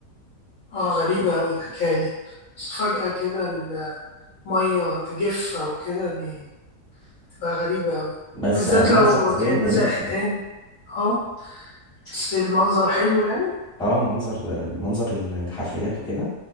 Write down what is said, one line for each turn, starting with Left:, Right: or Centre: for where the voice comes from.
Left: اه غريبة أوي الحكاية دي بس فجأة كده المية تجف أو كده دي تبقى غريبة أوي
Centre: بس
Left: بالذات
Centre: آه، منظر
Left: لو
Centre: طبيعي
Left: كائنات
Centre: جميل
Left: زي الحيتان
Centre: طبعا
Left: اه بس المنظر حلو يعني
Centre: اه منظر آه، منظر ال- الحفريات وكده